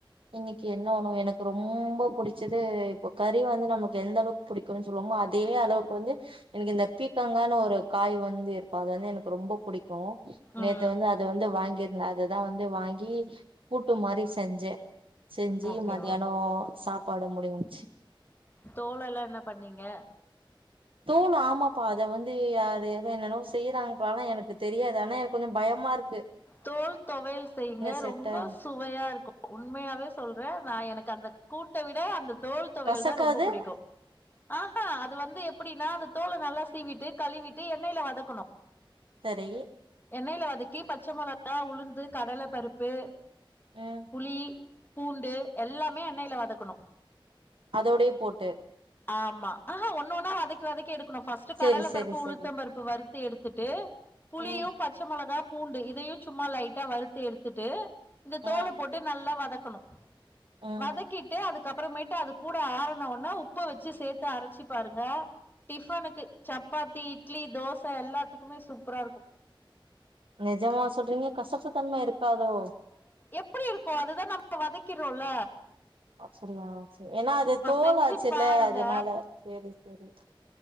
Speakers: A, on the right (about 75°); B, on the left (about 25°).
A: இன்னக்கி என்ன உணவு எனக்கு ரொம்ப புடுச்சது இப்ப கறி வந்து நமக்கு எந்தளவுக் புடிக்குன் சொல்வோமோ அதே அளவுக்கு வந்து எனக்கு இந்த பீக்கங்கானு ஒரு காய் வந்து இருக்கு அது வந்து எனக்கு ரொம்ப புடிக் கு
B: ம்
A: நேத்து வந்து அத வந்து வாங்கிரு ந்த அததா வந்து வாங்கி கூட்டு மாரி செஞ்சே செஞ்சு
B: ஓகே
A: மதியானோ சாப் பாடு முடிஞ்ச்சு
B: தோலல்லா என்ன பண்ணீங்க?
A: தோல் ஆமாப்பா அத வந்து யாரு எதோ என்னன்னவோ செய்யறாங்கப்பா ஆனா எனக்கு தெரியாது ஆனா எனக் கொஞ்ச பயமா இரு
B: தோல் தொவயல் செய்யுங்க
A: செட்
B: ரொம்ப
A: ஆகு
B: சுவையா இருக்கு உண்மயாவே சொல்றே நா எனக்கு அந்த கூட்ட விட அந்த தோல் தொவையல்
A: கசக்காது
B: தா ரொம்ப புடிக்கு ஆஹா அது வந்து எப்புடின்னா அது தோல நல்லா சீவிட்டு கழுவிட்டு எண்ணெய்ல வதக்கணு
A: சரி
B: எண்ணெய்ல வதக்கி பச்ச மொள கா உளுந்து கடல பருப்பு
A: ம்
B: புளி பூண்டு எல்லாமே அ எண்ணெய்ல வதக்கணு
A: அதோடயே போட்டு
B: ஆமா ஆஹா ஒன்னொன்னா வதக்கி வதக்கி எடு ஃபர்ஸ்ட்
A: சேரி
B: கடலை
A: சேரி
B: பருப்பு உளுத்தம்
A: சேரி
B: பருப்பு வறுத்து எடுத்துட்டு புளியும்
A: ம்
B: பச்சை மொளகா பூண்டு இதையும் சும்மா லைட்டா வறுத்து எடுத்துட்டு இந்த
A: ம்
B: தோலை போட்டு நல்லா வதக்கணும்
A: ம்
B: வதக்கிட்டு அதுக்கு அதுக்கு அப்புறமேட்டு அது கூட ஆறன உனே உப்ப வச்சு சேர்த்து அரைச்சு பாருங்க டிபனுக்கு சப்பாத்தி இட்லி தோசை எல்லாத்துக்குமே சூப்பரா இருக்கும்
A: நெஜமா சொல்றீங்க கசப்புத்தன்மை இருக்காதோ
B: எப்படி இருக்கும் அதுதான் நம்ம வதக்கிறோம்ல
A: அப்படியா ஏன்னா அது தோல்லாச்சுல்ல
B: செஞ்சு பாருங்க
A: அதனால செரிசெரி.